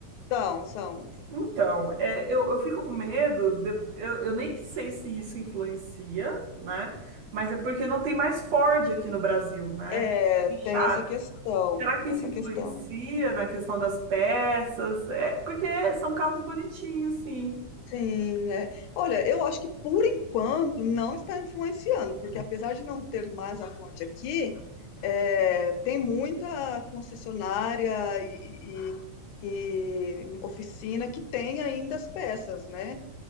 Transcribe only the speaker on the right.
Então, é, eu, eu fico com medo, de- eu, eu nem sei se isso influencia, né? Mas é porque não tem mais Ford aqui no Brasil, né?
Fecharam.
Será que
isso
influencia
na questão das peças? É, porque são carros bonitinhos, sim.